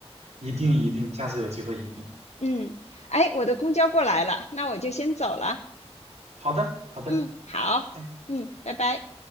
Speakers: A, on the right; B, on the left.
A: 一定一定，下次有机会一定。
B: 嗯，哎，我的公交过来了，那我就先走了。
A: 好的，好的。
B: 嗯，好，
A: 拜拜。
B: 嗯，拜拜。